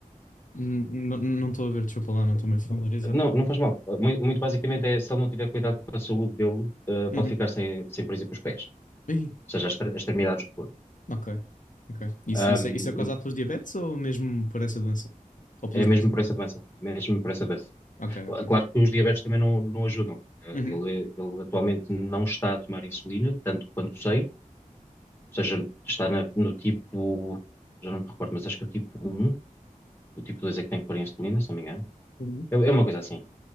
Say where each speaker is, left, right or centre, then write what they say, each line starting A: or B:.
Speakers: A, on the left; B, on the left.
A: Hum, Não não estou a ver, desculpa lá, não estou meio familiarizado.
B: Não, não faz mal. Muito, muito basicamente é, se ele não tiver cuidado com a saúde dele, eh, pode
A: Uhum.
B: ficar sem, sem, por exemplo, os pés,
A: Ai,
B: ou seja, as, extre- extremidades do corpo.
A: Ok, ok. Isso,
B: Hum,
A: isso, é, isso é causado pelos diabetes ou mesmo por essa doença? Ou pelos
B: é mesmo
A: dois?
B: por essa doença, mesmo por essa doença.
A: Ok, ok.
B: Claro que os diabetes também não, não ajudam. Eh,
A: Uhum.
B: Ele, ele atualmente não está a tomar insulina, tanto quanto sei, seja, está na- no tipo, já não me recordo, mas acho que é o tipo um o tipo 2 é que tem que pôr em insulina, se não me engano.
A: Uhum.
B: É, é uma coisa assim.